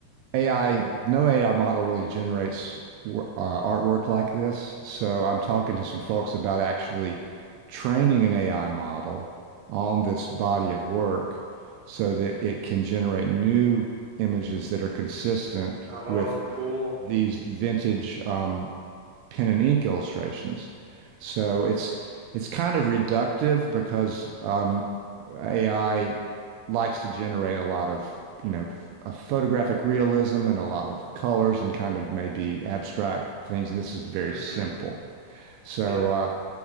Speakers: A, on the right (about 85°); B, on the right (about 60°).
A: AI, no AI model really generates wor- uh, artwork like this. So I'm talking to some folks about actually training an AI model on this body of work so that it can generate new images that are consistent
B: Oh,
A: with
B: cool.
A: these vintage um, pen and ink illustrations. So it's it's kind of reductive because um, AI likes to generate a lot of, you know, f- a photographic realism and a lot of colors and kind of maybe abstract things. And this is very
B: hmm
A: simple. So
B: Yeah,
A: uh,